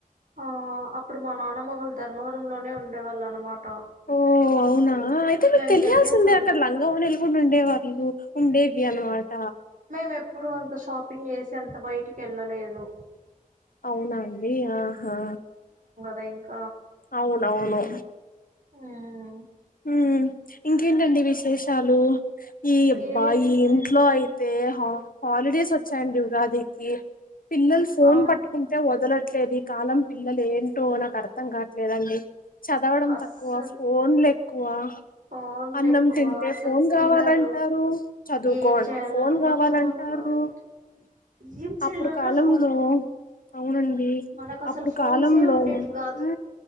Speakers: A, on the right; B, on the left.
A: ఆహ్, అప్పుడు మా నానమ్మ వాళ్ళు ధర్మవరంలోనే ఉండేవాళ్ళనమాట.
B: ఓ అవునా అయితే మీకు
A: మేము
B: తెలియాల్సిందే
A: వెళ్ళేవాళ్ళం.
B: అక్కడ లంగమ నెలకొని ఉండే వాళ్ళు ఉండే ఇ అనమాట
A: మ ఎప్పుడు అంత షాపింగ్ చేసి అంత బయటికి వెళ్ళలేదు
B: అవునండి ఆహా
A: బ్యాంక్
B: అవునవును
A: హ్మ్.
B: ఊ ఇంకేంటండి విశేషాలు ఈ అబ్బాయి
A: ఏం లే
B: ఇంట్లో అయి తే హాలిడేస్ వచ్చాయండి ఉగాదికి పిల్లలు ఫోన్
A: ఆ
B: పట్టుకుంటే వదల ట్లేదు ఈ కాలం పిల్లలు ఏంటో నాకు అర్థం కావట్లేదండి చదవడం
A: అస్సలు
B: తక్కువ ఫోన్లేక్ ఆ
A: ఫోన్లు
B: అన్నం
A: ఎక్కువ
B: తింటే
A: అసలు
B: ఫోన్
A: తినరు
B: కావాలంటారు చదువుకో
A: ఏం
B: అంటే
A: చేయాలన్నా
B: ఫోన్ కావాలంటారు
A: ఫోన్ కావాలి ఏం చేయాలన్నా
B: అప్పుడు కాలంలో
A: ఫోనే
B: అవునండి
A: మనకు అసలు
B: అప్పుడు
A: ఫోన్సే
B: కాలంలో
A: ఉండేటివి కాదు
B: హు